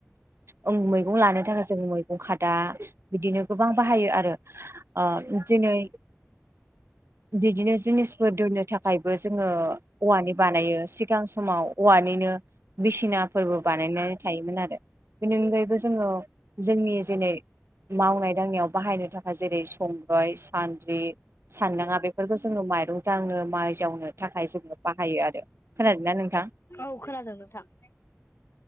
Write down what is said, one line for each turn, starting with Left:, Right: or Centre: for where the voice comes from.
Right: ओं मैगं लानो थाखाय जों मैगं खादा बिदिनो गोबां बाहायो आरो। ओ दिनै बिदिनो जिनिसफोर दोननो थाखायबो जोङो औवानि बानायो। सिगां समाव औवानिनो बिसिनाफोरबो बानायनानै थायोमोन आरो। बेनि अनगायैबो जोङो जोंनि जेनै मावनाय दांनायाव बाहायनो थाखाय जेरै संग्राय सानद्रि सानदाङा बेफोरखौ जोङो माइरं दांनो माइ जावनो थाखाय जोङो बाहायो आरो। खोनादों ना नोंथां?
Left: औ खोनादों नोंथां।